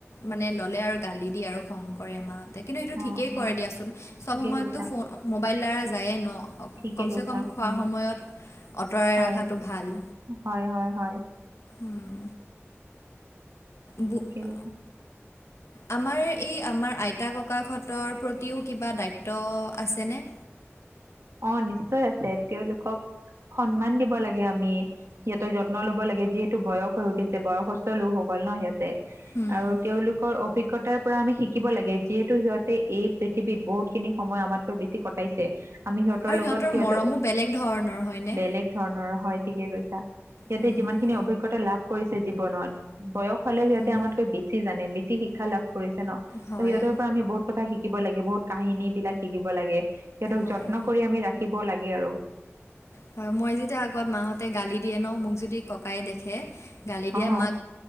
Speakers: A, on the left; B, on the right.
A: মানে ল'লে আৰু গালি দিয়ে আৰু খং কৰে মা-হতে কিন্তু সেইটো
B: অঁ
A: ঠিকেই কৰে
B: অঁ
A: দিয়াচোন চব
B: ঠিকে
A: সময়ততো
B: কৈছা
A: ফোন মোবাইল লাৰা যায়েই ন
B: ঠিকে
A: কমচে
B: কৈছা
A: কম খোৱাৰ
B: উম,
A: সময়ত অঁতৰাই
B: হয়
A: ৰখাতটো ভাল।
B: হয় হয় হয়
A: উম। বু
B: ঠিকে
A: আ
B: কৈছা
A: আমাৰ এই আমাৰ আইতা ককাকহঁতৰ প্ৰতিও কিবা দায়িত্ব আছেনে?
B: অ নিশ্চয় আছে তেওঁলোকক সন্মান দিব লাগে আমি সিহঁতৰ যত্ন ল'ব লাগে যিহেতু বয়স হৈ উঠিছে বয়সস্থ লোকসকল ন সিহঁতে
A: হুম
B: আৰু তেওঁলোকৰ অ অভিজ্ঞতাৰ পৰা আমি শিকিব লাগে যিহেতু সিহঁতে এই পৃথিৱীত বহুতখিনি সময় আমাতকৈ বেছি কটাইছে আমি সিহঁতৰ
A: আৰু
B: লগত সিহঁতৰ
A: মৰমো
B: অ,
A: বেলেগ ধৰণৰ হয়নে?
B: বেলেগ ধৰণৰ হয় ঠিকে কৈছা। সিহঁতে
A: হুম
B: যিমান খিনি অভিজ্ঞতা লাভ কৰিছে জীৱনত বয়স হ'লে সিহঁতে
A: হুম
B: আমাতকৈ বেছি জানে বেছি শিক্ষা লাভ কৰিছে ন!
A: হয়
B: ত' সিহঁতৰ পৰা আমি বহুত কথা শিকিব লাগে বহুত কাহিনীবিলাক শিকিব লাগে সিহঁতক
A: হয়
B: যত্ন কৰি আমি ৰাখিব লাগে আৰু
A: হয় মই যেতিয়া আগত মাহঁতে গালি দিয়ে ন মোক যদি ককায়ে দেখে গালি দিয়া
B: অ',
A: মাক